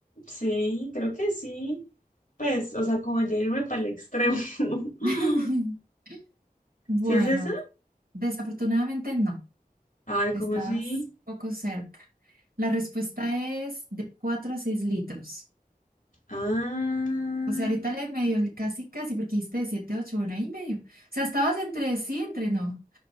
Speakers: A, on the left; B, on the right.
A: Sí, creo que sí. Pues, o sea, como ya irme para el extremo. <laughs>
B: <laughs> Bueno,
A: ¿Sí es esa?
B: desafortunadamente no.
A: Ay,
B: Estás
A: ¿cómo así?
B: poco cerca. La respuesta es de 4 a 6 litros.
A: Ah,
B: O sea, ahorita le medio, casi, casi, porque dijiste de 7 a 8, bueno, ahí medio. O sea, estabas entre sí, entre no.